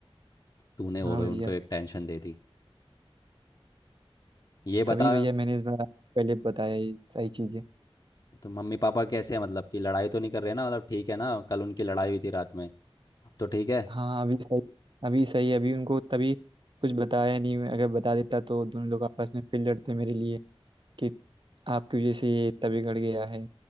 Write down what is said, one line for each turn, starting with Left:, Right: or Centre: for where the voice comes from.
Left: तूने
Right: हाँ
Left: और
Right: भैया
Left: उनको एक टेंशन दे दी ये बता
Right: तभी भैया मैंने इस बार आपको पहले बताया ये सही चीज़ें
Left: तो मम्मी पापा कैसे हैं मतलब कि लड़ाई तो नहीं कर रहे ना मतलब ठीक है ना कल उनकी लड़ाई हुई थी रात में अब तो ठीक है
Right: हाँ अभी सही अभी सही है, अभी उनको तभी कुछ बताया नहीं मैं अगर बता देता तो दोनों लोग आपस में फिर लड़ते मेरे लिए कि आपकी वजह से ये तभी गड़ गया है